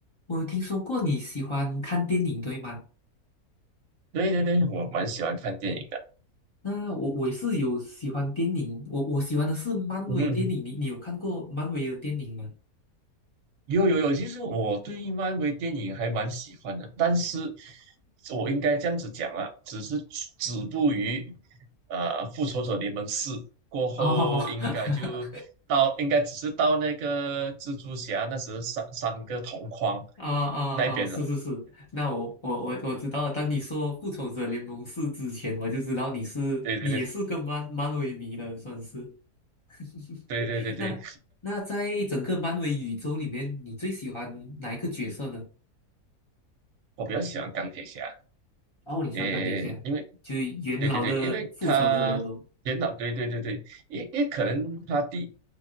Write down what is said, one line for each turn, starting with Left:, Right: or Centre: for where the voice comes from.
Left: 我有听说过你喜欢看电影，对吗？
Right: 对对对，我蛮喜欢看电影的。
Left: 那我我也是有喜欢电影，我我喜欢的是漫威电影，
Right: 嗯，
Left: 你你有看过漫威的电影吗？
Right: 有有有，其实我对漫威电影还蛮喜欢的，但是我应该这样子讲啊，只是止步于呃《复仇者联盟四》过后，
Left: 哦，
Right: 应该就到应该只是到那个蜘蛛侠那时三三个同框
Left: <laughs> 啊啊啊！
Right: 那边了。
Left: 是是是，那我我我我知道了。当你说《复仇者联盟四》之前，我就知道你是你也是个漫漫威迷了，
Right: 对对对
Left: 算是。<laughs>
Right: 对对对对，
Left: 那那在整个漫威宇宙里面，你最喜欢哪一个角色呢？
Right: 我比较喜欢钢铁侠，
Left: 哦，你喜欢钢铁侠，
Right: 诶，因为
Left: 就是元老的《复仇者联盟》
Right: 对对对，因为他电脑，对对对对，因因为可能他第，